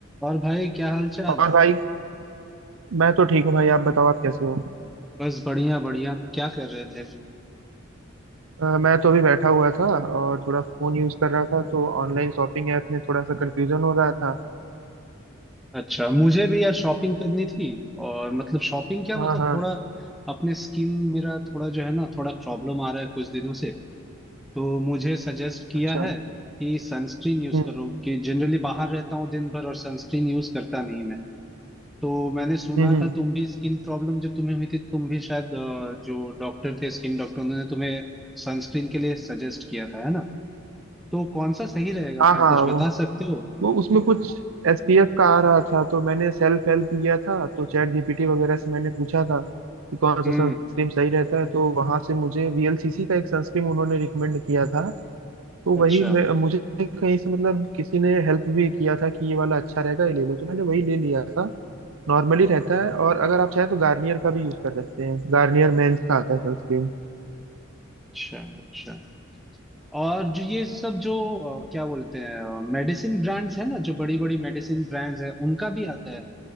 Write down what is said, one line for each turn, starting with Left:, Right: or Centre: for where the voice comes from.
Centre: और भाई क्या हाल चाल
Right: और भाई मैं तो ठीक हूँ भाई आप बताओ आप कैसे हो
Centre: बस बढ़िया बढ़िया क्या कर रहे थे
Right: अ, मैं तो अभी बैठा हुआ था और थोड़ा फोन यूज कर रहा था तो ऑनलाइन शॉपिंग ऐप में थोड़ा सा कंफ्यूजन हो रहा था
Centre: अच्छा मुझे भी यार शॉपिंग करनी थी और मतलब शॉपिंग क्या
Right: हाँ
Centre: मतलब
Right: हाँ
Centre: थोड़ा अपने स्किन मेरा थोड़ा जो है ना थोड़ा प्रॉब्लम आ रहा है कुछ दिनों से तो मुझे सजेस्ट किया
Right: अच्छा
Centre: है कि सनस्क्रीन यूज
Right: हम्म
Centre: करो कि जनरली बाहर रहता हूँ दिन भर और सनस्क्रीन यूज करता नहीं मैं तो मैंने सुना
Right: हम्म हम्म।
Centre: था तुम भी स्किन प्रॉब्लम जब तुम्हें हुई थी तो तुम भी शायद अ, जो डॉक्टर थे स्किन डॉक्टर उन्होंने तुम्हें सनस्क्रीन के लिए सजेस्ट किया था है ना तो कौन सा सही रहेगा
Right: हाँ
Centre: भाई
Right: हाँ
Centre: कुछ बता
Right: वो
Centre: सकते हो
Right: वो उसमें कुछ एसपीएफ का आ रहा था तो मैंने सेल्फ हेल्प लिया था तो चैट जीपीटी वगैरह से मैंने पूछा था कि कौन सा
Centre: हम्म
Right: सनस्क्रीन सही रहता है तो वहां से मुझे वीएलसीसी का एक सनस्क्रीन उन्होंने रिकमेंड किया था तो
Centre: अच्छा
Right: वही मैं मुझे कहीं से मतलब किसी ने हेल्प भी किया था कि ये वाला अच्छा रहेगा ये ले लो तो मैंने वही ले लिया था नॉर्मली रहता है और अगर आप चाहें तो गार्नियर का भी यूज कर सकते हैं गार्नियर मेंस का आता है सनस्क्रीन
Centre: अच्छा अच्छा और जो ये सब जो अ, क्या बोलते हैं मेडिसिन ब्रांड्स है ना जो बड़ी बड़ी मेडिसिन ब्रांड्स है उनका भी आता है